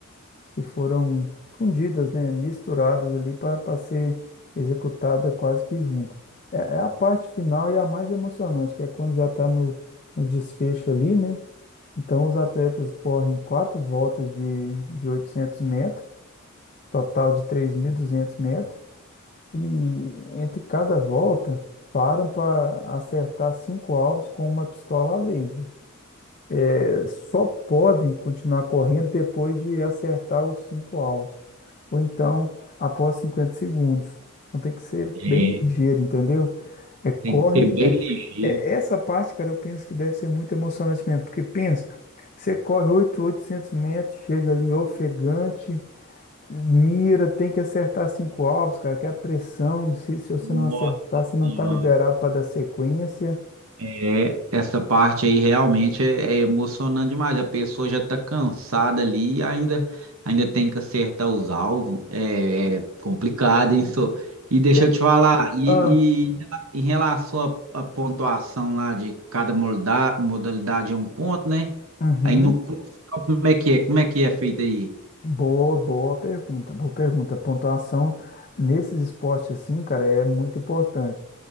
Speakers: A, on the left (about 40°); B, on the right (about 80°).
A: que foram fundidas, né? Misturadas ali para ser executada quase que junto. É, é a parte final e a mais emocionante, que é quando já está no, no desfecho ali, né? Então, os atletas correm quatro voltas de, de 800 metros total de 3.200 metros, e entre cada volta param para acertar cinco alvos com uma pistola a laser. Eh, Só podem continuar correndo depois de acertar os cinco alvos, ou então após 50 segundos. Então tem que ser
B: É,
A: bem ligeiro, entendeu? É corre.
B: tem que ser bem
A: É,
B: ligeiro.
A: é- essa parte, cara, eu penso que deve ser muito emocionante mesmo, porque pensa, você corre oito 800 metros, chega ali ofegante. Mira, tem que acertar cinco alvos, cara, que é a pressão. Se, se você
B: Nossa
A: não acertar, você não
B: Senhora.
A: tá liberado para dar sequência.
B: É, essa parte aí realmente é, é emocionante demais. A pessoa já está cansada ali e ainda, ainda tem que acertar os alvos. É, é complicado, hein, só. E deixa
A: É,
B: eu te falar, e,
A: Ah,
B: e em relação à à pontuação lá de cada molda- modalidade é um ponto, né?
A: uhum.
B: Aí no, no final, como é que é? Como é que é feito aí?
A: Boa, boa pergunta, boa pergunta. Pontuação nesses esportes assim, cara, é muito importante.